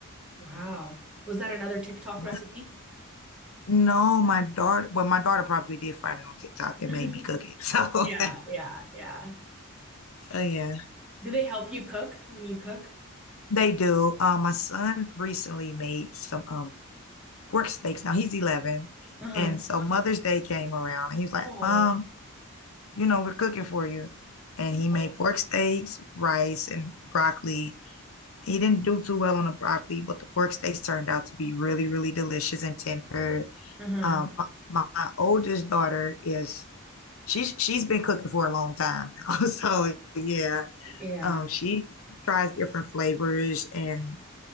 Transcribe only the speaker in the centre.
Wow. Was that another TikTok
recipe?
<laughs>
Yeah, yeah, yeah.
Do they help you cook when you cook?
Uh-huh.
Oh.
oh.
Uh-huh.
Yeah.